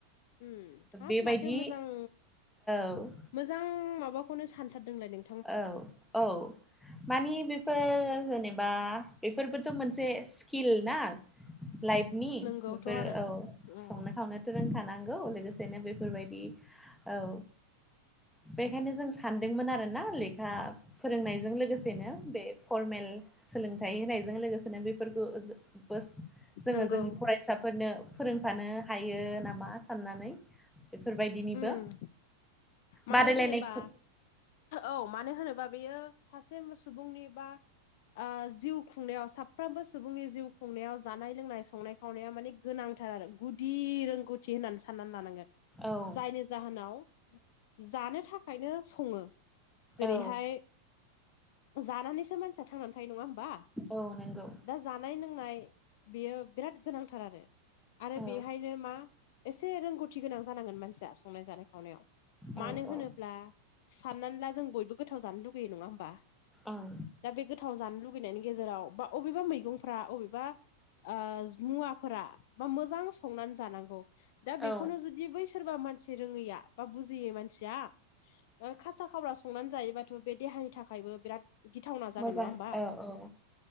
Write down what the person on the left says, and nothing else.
ओम हाब
माथो मोजां
मोजां माबाखौनो सानथारदोंलाय नों
नंगौथ'
आरो
अ
नंगौ
उम मानो
होनोबा
औ मानो होनोबा बेयो सासे सुबुंनि बा ओ जिउ खुंनायाव साफ्रोमबो सुबुंनि जिउ खुंनायाव जानाय लोंनाय संनाय खावनायाव माने गोनांथार आरो गुदि रोंगौथि होननानै साननानै लानांगोन
जायनि जाहोनाव जानो थाखायनो सङो जेरैहाय
जानानैसो मानसिया थांनानै थायो नङा होमबा
दा जानाय लोंनाय बेयो बिराद गोनांथार आरो आरो
बेहाय बियो मा एसे रोंगौथि गोनां जानांगोन मानसिया संनाय जानाय खावनायाव
मानो होनोब्ला
साननानै ला जों बयबो गोथाव जानो लुगैयो नङा होमबा
दा बे गोथाव जानो लुगैनायनि गेजेराव बा अबेबा मैगंफ्रा अबेबा ओ मुवाफोरा बा मोजां संनानै जानांगौ दा बेखौनो
जुदि बै सोरबा मानसि रोङैया बा बु जियै मानसिया ओ खासा खावरा संनानै जायोबाथ' बे देहानि थाखायबो बिराद गिथावना जागोन
नङा होमबा